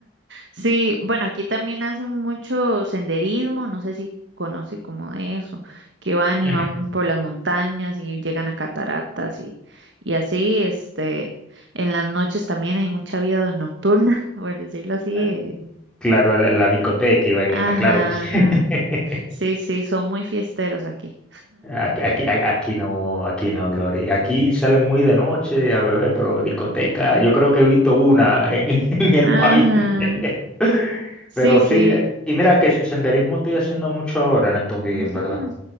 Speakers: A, on the right (about 70°); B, in the centre.
A: Sí, bueno, aquí también hacen mucho senderismo, no sé si conoce como de eso, que van y
B: <laughs> Ujú.
A: van por las montañas y llegan a cataratas y, y así, este, en las noches también hay mucha vida nocturna, <laughs> por decirlo así.
B: Ah,
A: eh.
B: Claro, la, la discoteca y vainita,
A: Ajá,
B: claro que sí.
A: ajá.
B: <laughs>
A: Sí, sí, son muy fiesteros aquí.
B: Aquí, aquí, a- aquí no, aquí no, Glory. Aquí salen muy de noche a beber, pero discoteca, yo creo que he visto una en, <laughs> en el
A: Ajá,
B: país. <laughs>
A: sí,
B: Pero
A: sí.
B: sí, eh, y mira que se- senderismo estoy haciendo mucho ahora en estos días,
A: Ujú.
B: en verdad.